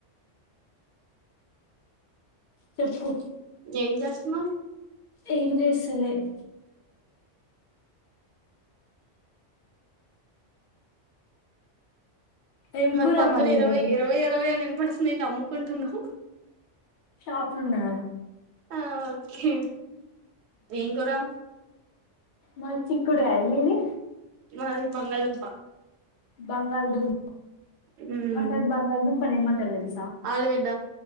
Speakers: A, on the left; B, on the right.
A: చెప్పు
B: ఎం జేస్తున్నవ్
A: ఏం చేస్తలేరు ఏం
B: మరి
A: కూర
B: పక్కన
A: మళ్ళీ
B: ఇరవై
A: ఈరోజు
B: ఇరవై ఇరవై అని వినపడుతున్నాదేంటి అమ్ముకుంటున్నావ్
A: సున్నా
B: ఆ ఓకే ఏం కురా
A: మది చిక్కుడుకాయి మీది
B: మాది బంగాళాదుంప
A: బంగాళదుంప
B: ఉమ్
A: మా సైడు బంగాళదుంపని ఏమంటారో తెలు
B: ఆలుగడ్డ